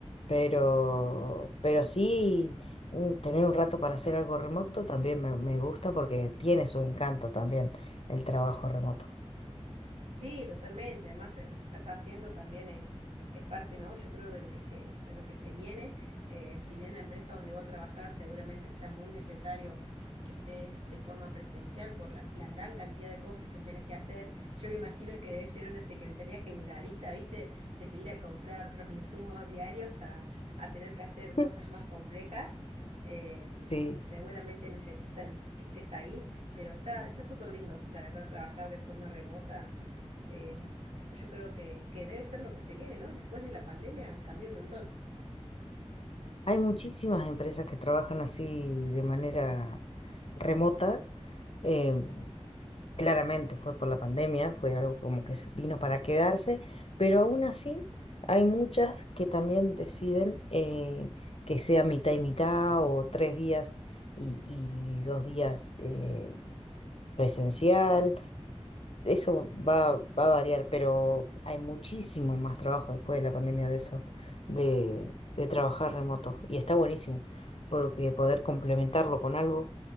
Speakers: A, on the left; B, on the right.
A: pero, pero sí, mm, tener un rato para hacer algo remoto también me, me gusta porque tiene su encanto también el trabajo remoto.
B: Sí, totalmente. Además, en lo que estás haciendo también es, es parte, ¿no? Yo creo de lo que se, de lo que se viene. Eh, si bien la empresa donde vos trabajás seguramente sea muy necesario que estés de forma presencial por la, la gran cantidad de cosas que tenés que hacer, yo me imagino que debe ser una secretaría generalista, ¿viste? Desde ir a comprar los insumos diarios a, a tener que hacer cosas
A: <laughs>
B: más complejas. Em,
A: Sí.
B: seguramente necesitan que estés ahí. Pero está, está súper lindo, la verdad, trabajar de forma remota eh, yo creo que, que debe ser lo que se viene, ¿no? Después de la pandemia cambió un montón.
A: Hay muchísimas empresas que trabajan así de manera remota. Eh, claramente fue por la pandemia, fue algo como que se vino para quedarse, pero aún así hay muchas que también deciden eh, que sea mitad y mitad o tres días y, y dos días eh, presencial eso va, va a variar, pero hay muchísimo más trabajo después de la pandemia de eso, de, de trabajar remoto. Y está buenísimo, porque poder complementarlo con algo